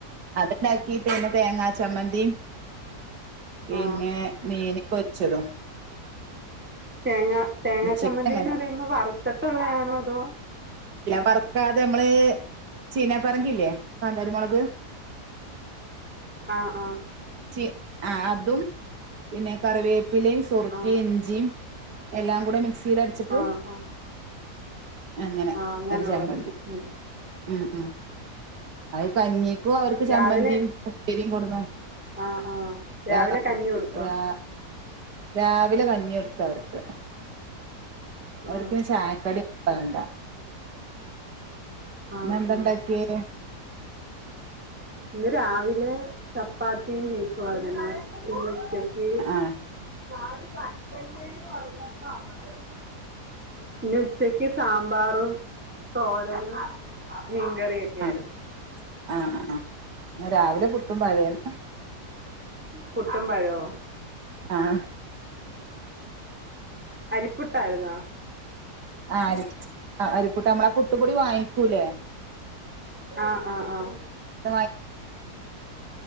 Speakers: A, on the right (about 85°); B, in the centre.
A: അത് ഇണ്ടാക്കി പിന്നെ തേങ്ങ ചമ്മന്തിയും പിന്നെ
B: ആ
A: മീന് പൊരിച്ചതും
B: തേങ്ങ തേങ്ങ
A: ഉച്ചക്ക്
B: ചമ്മന്തിന്ന്
A: അങ്ങനെ
B: പറയുമ്പ വറുത്തട്ടുള്ളയാ ണോ അതോ
A: വറുക്കാതെ നമ്മള് ചീന പറങ്കിയില്ലേ കാന്താരി മുളക്
B: ആ ആ
A: ചി ആ ടും പിന്നെ കറിവേ പ്പിലെം സുർക്കയും
B: ആ
A: ഇഞ്ചിയും എല്ലാം കുടെ മിക്സ് മിക്സിയിലടിച്ചട്ടു
B: ആ ആ
A: അങ്ങനെ
B: ആ അങ്ങനുള്ളത്
A: ഒരു ചമ്മന്തി
B: ഉം
A: ഉം ഉം അത് കഞ്ഞിക്ക് അവർക്ക്
B: രാവിലെ
A: ചമ്മന്തിയും പുട്ടിരിയും കൊട്ന്നു
B: ആ ആ രാവിലെ
A: രാ
B: കഞ്ഞി കൊടുത്തോ
A: രാ രാ വിലെ കഞ്ഞി കൊടുത്ത അവർക്ക് അവർക്ക്
B: ആ
A: ചായക്കടി വേണ്ട
B: ആ
A: ഇന്നെന്താ
B: ആ
A: ഇണ്ടാക്കിയേ
B: ഇന്ന് രാവി ലെ ചപ്പാത്തിയും ബീഫുമായിരുന്നു പിന്നെ ഉച്ചക്ക്
A: ആഹ്
B: <unintelligible> ഇന്ന് ഉച്ചയ്ക്ക് സാമ്പാറും തോരനും മീൻകറിയൊക്കെയാരുന്നു
A: ആഹ് ആഹ് ആഹ് ഇന്ന് എന്താ ഉണ്ടാക്കിയേ? ആ ആ ആ രാവിലെ പുട്ടും പഴെരുന്നു
B: പുട്ടും പഴവോ
A: ആഹ്
B: അരിപ്പുട്ടായിരുന്നോ
A: ആഹ് അരി അരിപ്പുട്ട് നമ്മളെ പുട്ടുപൊടി വാങ്ങിക്കൂല്ലേ
B: ആ ആ ആ
A: <unintelligible>